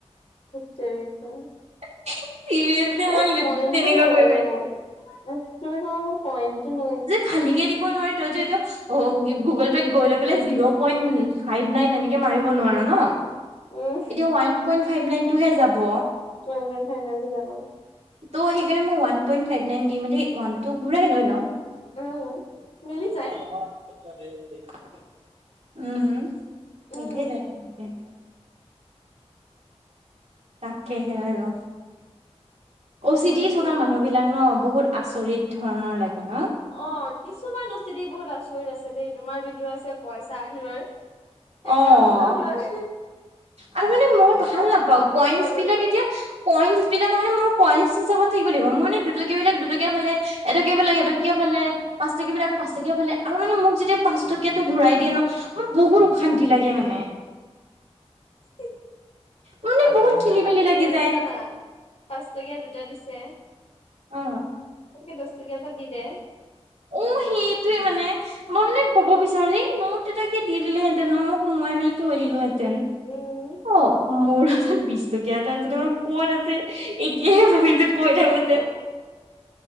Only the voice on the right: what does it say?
<unintelligible> চিৰিয়াচলি,
মই
তেনেকুৱা
কৰি পাইছোঁ।
খালিকে দিব নোৱাৰি ত'। <unintelligible> অ'! গুগল পে'ত গৈ লৈ পেলাই, জিৰ' পইণ্ট ফাইভ নাইন, এনেকে মাৰিব নোৱাৰা ন'?
এতিয়া, ওৱান পইণ্ট ফাইভ নাইন টোহে যাব।
ত' সেইকাৰণে, মই ওৱান পইন্ট ফাইভ নাইন দি মেলি, ওৱানটো ঘূৰাই লৈ লওঁ।
<unintelligible> উম, উম। <unintelligible>
তাকেহে
আৰু। অচি
ডি
থকা মানুহবিলাক ন' বহুত আচৰিত ধৰণৰ লাগে ন'!
অ'!
আৰু মানে,
মই ভাল
নাপাওঁ!
কইনচবিলাক
এতিয়া, কইনচ বিলাক মানে, মোৰ কইনচ হিচাপত থাকিব লাগিব। মোৰ মানে, দুটকীয়াবিলাক দুটকীয়া ফালে, এটাটো কি কৰিব লাগে এইটো কিয় ফালে পাঁচটকীয়া বিলাক পাঁচটকীয়া ফালে আৰু মানে মোক যেতিয়া পাঁচটকীয়াতো ঘূৰাই দিয়ে ন মই বহুত অশান্তি লাগে মানে।
মানে
বহুত
খেলি
মেলি
লাগি
যায়
উম
অ সেইটোৱে মানে মই মানে ক'ব বিচাৰো যে নোট এটাকে দি দিলেহেঁতেন ন মোক সোমোৱাই মেলি থৈ দিলোহেঁতেন হেতেন
অ মোৰ হাতত বিচ টকীয়া এটা যদি কত আছে এতিয়াহে ভাবিছো কৈ থাকোতে।